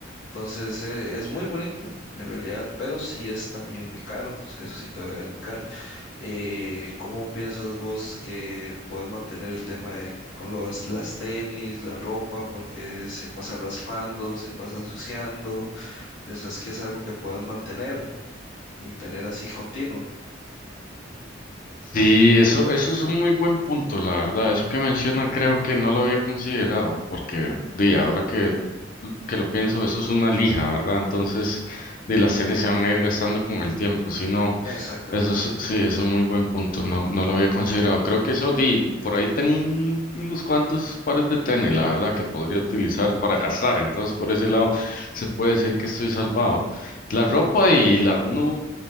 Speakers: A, on the left (about 80°); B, on the left (about 45°).
A: Entonces eh, es muy bonito en realidad, pero sí es también muy caro, eso sí te voy a indicar. Eh, ¿cómo piensas vos que puedes mantener el tema de con los, las tenis, la ropa, porque se pasa raspando, se pasa ensuciando? ¿Piensas que es algo que puedes mantener y tener así continuo?
B: Sí, eso, eso es un muy buen punto, la verdad. Eso que menciona creo que no lo había considerado, porque di, ahora que, que lo pienso, eso es una lija, ¿verdad? Entonces, di, las tenis se van a ir gastando con el tiempo. Si no,
A: Exactamente.
B: eso es, sí, es un muy buen punto. No, no lo había considerado. Creo que eso, di, por ahí tengo un- unos cuantos pares de tenis, la verdad, que podría utilizar para gastar. Entonces, por ese lado, se puede decir que estoy salvado. La ropa y la, uno